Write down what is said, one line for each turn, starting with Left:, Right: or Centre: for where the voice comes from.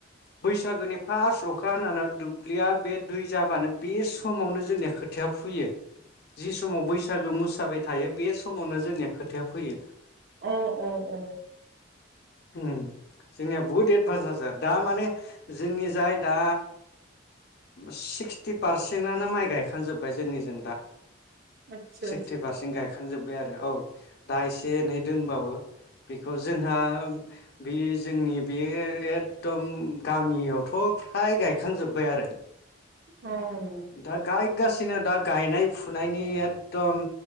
Left: बैसागुनि फार्स्ट अखा हानानै दुब्लिया बे दै जाबानो बे समावनो जोंनिया खोथिया फुयो। जि समाव बैसागो मोसा साबाय थायो बे समावनो जोंनिया खोथिया फैयो।
Right: अ अ अ
Left: ओम जोंनिया बहुत एदभान्स आरो दा माने जोंनि जाय दा सिक्सटि पारसेन्टआनो माइ गायखांजोब्बाय जोंनिजों दा।
Right: आतसा
Left: सिक्सटि
Right: आतसा
Left: पारसेन्ट गाय खांजोबबाय आरो औ। दा एसे एनै दोंबावो। बेखौ जोंहा बे जोंनि बे एकदम गामियावथ' फ्राय गायखांजोब्बाय आरो।
Right: अ
Left: दा गाय फगासिनो दा गायनाय फुनायनि एकदम